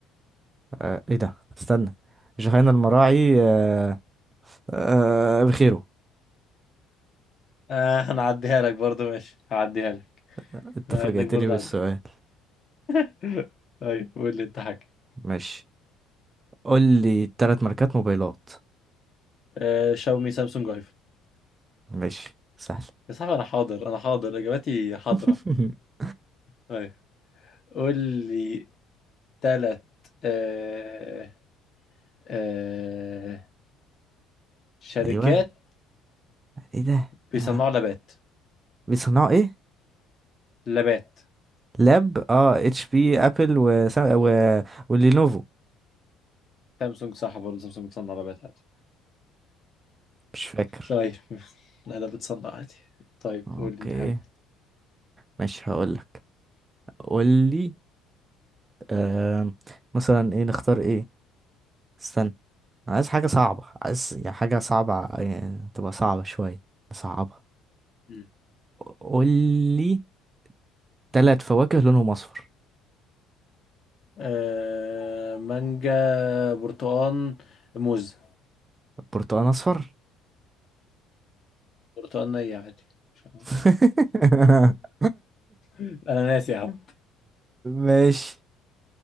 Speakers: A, on the right (about 30°); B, on the left (about 45°).
A: آه ايه ده استنى جهينة المراعي آه آه بخيره
B: اه هنعديها لك برضو ماشي هعديها لك
A: انت
B: مع
A: فاجئتني
B: انك برضو
A: بالسؤال
B: عدي <laughs> طيب قول لي انت حاجه
A: ماشي قول لي تلات ماركات موبايلات
B: آه شاومي سامسونج ايفون
A: ماشي سهل
B: يا صاحبي انا حاضر انا حاضر اجاباتي حاضرة
A: <laughs>
B: طيب قول لي ثلاث آه آه شركات
A: ايوه ايه ده
B: بيصنعوا
A: آه.
B: لبات
A: بيصنعوا ايه
B: لبات
A: لاب اه اتش بي ابل و... و... ولينوفو
B: سامسونج صح برضه سامسونج بتصنع لبات عادي
A: مش فاكر
B: طيب <laughs> لا لا بتصنع عادي طيب
A: اوكي
B: قول لي انت حاجة
A: ماشي هقول لك قول لي آه مثلا ايه نختار ايه استنى أنا عايز حاجة صعبة عايز يعني حاجة صعبة يعني تبقى صعبة شوية صعبة
B: مم.
A: قول لي تلات فواكه لونهم أصفر
B: آه مانجا برتقال موز
A: برتقال أصفر
B: برتقال نية عادي <laughs>
A: <laughs>
B: انا ناسي يا عم
A: ماشي